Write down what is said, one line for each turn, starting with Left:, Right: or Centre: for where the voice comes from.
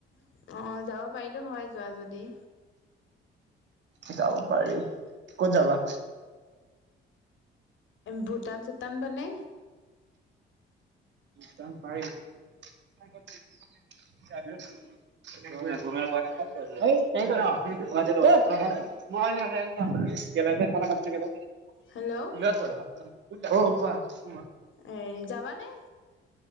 Left: অ', যাব পাৰিলো হয় যোৱা যদি।
Right: শিকাব পাৰি, ক'ত যাবা?
Left: ভূটান চূটান পানে।
Right: তাত বাৰে <unintelligible> মই হচ গা পানা কথা পাতি থাকে ন?
Left: হেল্ল'
Right: উম, কোৱা?
Left: এ, যাবানে?